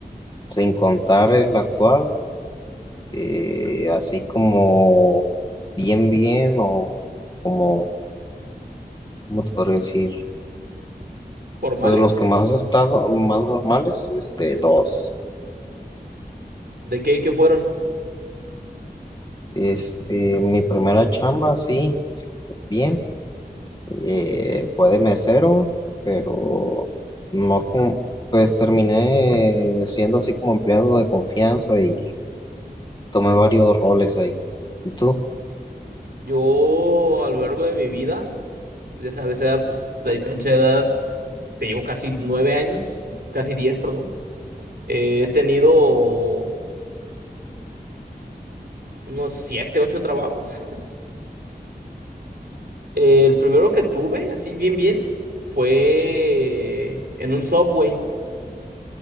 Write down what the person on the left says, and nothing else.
sin contar el actual, eh, así como bien, bien, o como, ¿cómo te podría decir?
Pues, De los que más he estado, más normales, este, dos.
Este, mi primera chamba, sí, bien. Eh, fue de mesero, pero no con, pues terminé siendo así como empleado de confianza y tomé varios roles ahí. ¿Y tú?